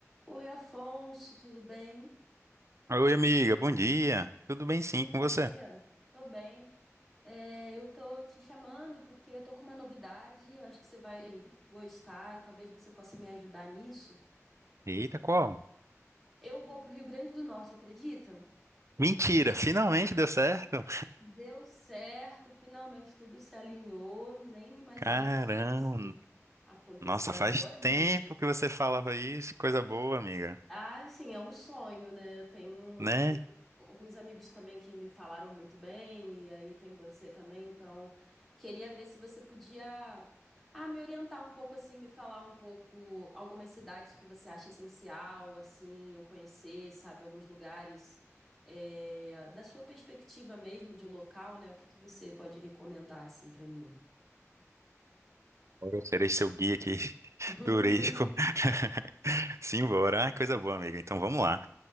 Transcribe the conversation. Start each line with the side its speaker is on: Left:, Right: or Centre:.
Centre: Oi, Afonso, tudo bem?
Right: Oi, amiga, bom dia. Tudo bem sim
Centre: Bom
Right: com
Centre: dia.
Right: você?
Centre: Tô bem. É, eu tô te chamando porque eu tô com uma novidade, eu acho que você vai gostar e talvez você possa me ajudar nisso.
Right: Eita, qual?
Centre: Eu vou pro Rio Grande do Norte, acredita?
Right: Mentira, finalmente deu certo.
Centre: Deu certo, finalmente tudo se alinhou. Nem imaginei
Right: Caramba,
Centre: que isso fosse acontecer
Right: nossa,
Centre: agora,
Right: faz tempo
Centre: mas.
Right: que você falava isso, coisa boa, amiga,
Centre: Ah, sim, é um sonho, né? Eu tenho.
Right: né?
Centre: alguns amigos também que me falaram muito bem, e aí tem você também, então queria ver se você podia ah, me orientar um pouco assim, me falar um pouco algumas cidades que você acha essencial, assim, eu conhecer, sabe, alguns lugares é, da sua perspectiva mesmo de local, né? O que que você pode recomendar assim para mim?
Right: Agora Eu serei seu guia aqui, <laughs>
Centre: <laughs>
Right: turístico. <laughs> Simbora, ah, coisa boa, amiga. Então vamos lá.